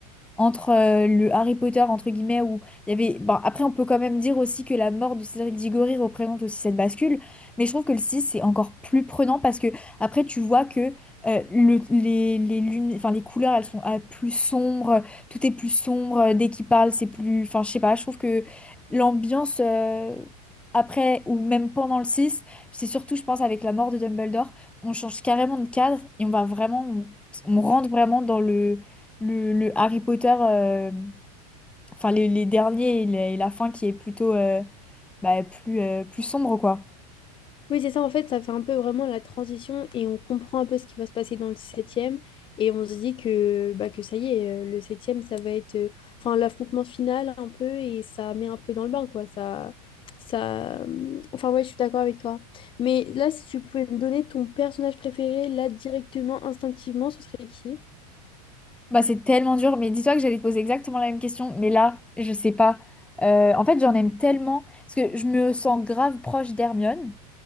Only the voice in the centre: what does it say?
entre euh, le Harry Potter entre guillemets où il y avait bon après on peut quand même dire aussi que la mort de Cédric Diggory représente aussi cette bascule mais je trouve que le 6 c'est encore plus prenant parce que après tu vois que euh, le- les, les lumi- enfin les couleurs elles sont ah, plus sombres tout est plus sombre euh, dès qu'il parle c'est plus enfin je sais pas je trouve que l'ambiance euh, après ou même pendant le six c'est surtout je pense avec la mort de Dumbledore on change carrément de cadre et on va vraiment on on rentre vraiment dans le le, le Harry Potter, euh, enfin les, les derniers et la, et la fin qui est plutôt euh, bah, plus, euh, plus sombre, quoi.
Bah, c'est tellement dur, mais dis-toi que j'allais te poser exactement la même question, mais là, je sais pas. Euh, en fait, j'en aime tellement, parce que je me sens grave proche d'Hermione.